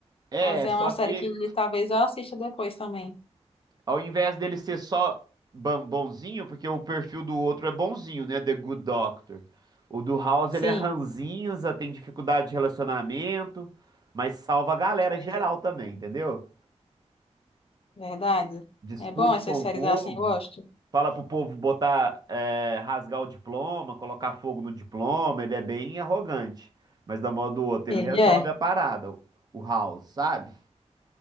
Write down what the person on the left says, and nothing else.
House é
uma série
que talvez eu assista depois também.
Sim,
pois
é,
verdade.
É bom essas
séries
assim, eu gosto.
Ele
é,